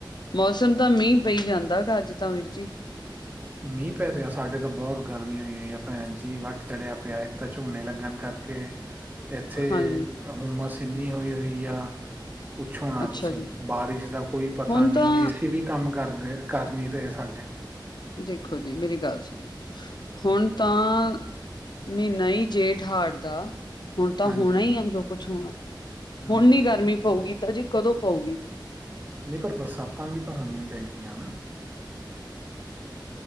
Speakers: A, on the left (about 65°); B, on the right (about 20°).
A: ਮੌਸਮ ਤਾਂ ਮੀਂਹ ਪਈ ਜਾਂਦਾ ਗਾ ਅੱਜ ਤਾਂ ਵੀਰ ਜੀ।
B: ਮੀਂਹ ਪੈ ਰਿਹਾ ਸਾਡੇ ਤਾਂ ਬਹੁਤ ਗਰਮੀ ਹੋਈ ਹੋਈ ਆ ਭੈਣ ਜੀ ਵੱਟ ਚੜਿਆ ਪਿਆ ਇੱਕ ਤਾਂ ਝੋਨੇ ਲੱਗਣ ਕਰ ਕੇ ਇੱਥੇ
A: ਹਾਂਜੀ,
B: ਹੁੰਮਸ ਇੰਨੀ ਹੋਈ ਹੋਈ ਆ। ਪੁੱਛੋ ਨਾ
A: ਅੱਛਾ
B: ਤੁਸੀਂ
A: ਜੀ,
B: ਬਾਰਿਸ਼ ਦਾ ਕੋਈ ਪਤਾ
A: ਹੁਣ
B: ਨਹੀਂ
A: ਤਾਂ
B: ਏਸੀ ਵੀ ਕੰਮ ਕਰ ਰ ਕਰ ਨਹੀਂ ਰਹੇ ਸਾਡੇ।
A: ਦੇਖੋ ਜੀ ਮੇਰੀ ਗੱਲ ਸੁਣੋ। ਹੁਣ ਤਾਂ ਮਹੀਨਾ ਹੀ ਜੇਠ ਹਾੜ ਦਾ ਹੁਣ ਤਾਂ
B: ਹਾਂਜੀ
A: ਹੋਣਾ ਹੀ ਆ ਜੋ ਕੁਛ ਹੋਣਾ
B: ਹਮ
A: ਹੁਣ ਨੀ ਗਰਮੀ ਪਊਗੀ ਤਾਂ ਜੀ ਕਦੋਂ ਪਊਗੀ।
B: ਨਹੀਂ ਪਰ ਬਰਸਾਤਾਂ ਵੀ ਤਾਂ ਹੋਣੀਆਂ ਚਾਹੀਦੀਆਂ ਨਾ।